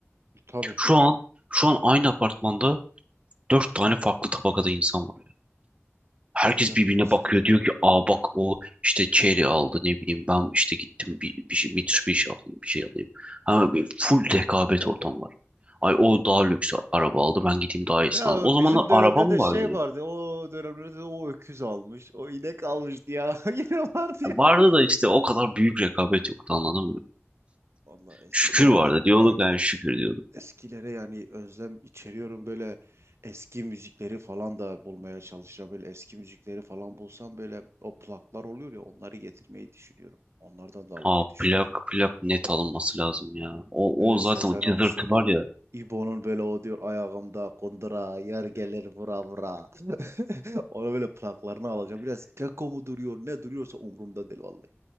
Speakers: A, on the right; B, on the right.
A: E, Tabii.
B: Şu an şu an aynı apartmanda dört tane farklı tabakada insan var. ya. Herkes
A: Tabii canım
B: birbirine
A: eskiden
B: bakıyor diyor ki aa bak o işte Cherry aldı ne bileyim ben işte gittim bir, bir şey Mitsubishi alayım bir şey alayım. Ha, bir full rekabet ortam var. Ay o daha lüks araba aldı ben gideyim daha iyisini
A: Ya
B: alayım. O zamanlar
A: bizim dönemde
B: araba mı
A: de
B: vardı?
A: şey
B: ya?
A: vardı. O dönemlerde de o öküz almış. O inek almıştı ya. <laughs> Yine vardı ya.
B: He. Vardı da işte o kadar büyük rekabet yoktu anladın mı?
A: Valla eskiler
B: Şükür vardı
A: ben
B: diyorduk
A: yani
B: yani şükür diyorduk.
A: eskilere yani özlem içeriyorum böyle eski müzikleri falan da bulmaya çalışacağım. Böyle eski müzikleri falan bulsam böyle o plaklar oluyor ya onları getirmeyi düşünüyorum. Onlardan da almayı
B: Aa
A: düşünüyorum.
B: plak plak net alınması lazım ya. O,
A: Böyle
B: o zaten
A: Sezen
B: o cızırtı
A: Aksu'nun,
B: var ya.
A: İbo'nun böyle o diyor ayağımda kundura, yer gelir vura vura. <laughs> ona böyle plaklarını alacağım. Biraz keko mu duruyor ne duruyorsa umurumda değil vallahi.